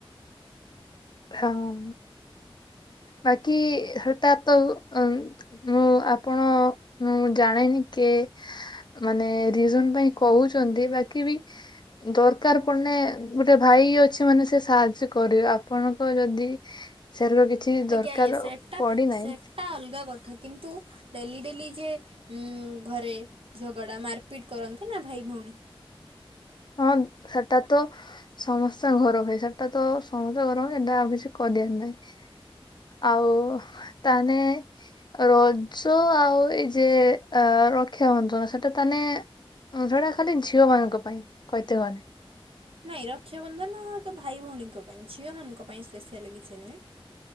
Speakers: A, on the left; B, on the right.
A: ହଁ, ବାକି ହେଟା ତ ଅ ମୁଁ ଆପଣ ମୁଁ ଜାଣିନି କେ ମାନେ ରିଜିନ୍ ପାଇଁ କହୁଛନ୍ତି ବାକି ବି ଦରକାର ପଡିଲେ, ଗୋଟେ ଭାଇ ଅଛି ମାନେ ସେ ସାହାଯ୍ୟ କରିବ। ଆପଣଙ୍କ ଯଦି ସେରେ କିଛି
B: ଆଜ୍ଞା
A: ଦରକାର
B: ଆଜ୍ଞା ସେଟା
A: ପଡିନାହିଁ
B: ସେଟା ଅଲଗା କଥା କିନ୍ତୁ ଡେଲି ଡେଲି ଯିଏ ଘରେ ଝଗଡା ମାରପିଟ୍ କରନ୍ତି ନା ଭାଇ ଭଉଣୀ।
A: ହଁ, ସେଟା ତ ସମସ୍ୟା ଘର ପାଇଁ ସେଟା ତ ସମସ୍ତିଙ୍କ ଘରେ ହୁଏ। ଏବେଆଉ କିଛି କରିବାର ନାଇଁ। ଆଉ ତା ମାନେ ରଜ ଆଉ ଏଇ ଯେ ଅ ରକ୍ଷାବନ୍ଧନ, ସେଟା ତାନେ ଯୋଗୁରା ଖାଲି ଝିଅ ମାନଙ୍କ ପାଇଁ, କହିତେ ମାନେ
B: ନାଇଁ, ରକ୍ଷାବନ୍ଧନ ତ ଭାଇ ଭଉଣୀଙ୍କ ପାଇଁ, ଝିଅମାନଙ୍କ ପାଇଁ ସ୍ପେଶାଆଲ୍ କିଛି ନୁହେଁ।